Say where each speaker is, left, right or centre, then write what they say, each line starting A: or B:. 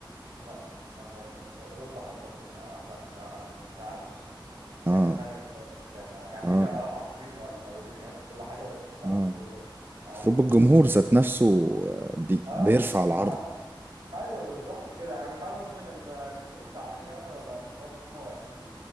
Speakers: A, on the right; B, on the right.
A: لا صراحة في في اوروبا حتى بتبقى لا بتبقى ممتعه قوي صح بتبقى في حته
B: اه
A: تانية خالص يعني يعني امريكا
B: اه
A: اه عظيمه والمعروض هناك وكل حاجه بس في لا
B: اه
A: في اوروبا اعظم
B: المفروض الجمهور
A: واعظم
B: ذات نفسه آه، بي
A: اه
B: بيرفع
A: بس اه
B: العرض
A: ايوه بالظبط كده يعني مش عايز اظلم الجمهور بتاع امريكا مثلا ولا مش قصدي ان هم وحشين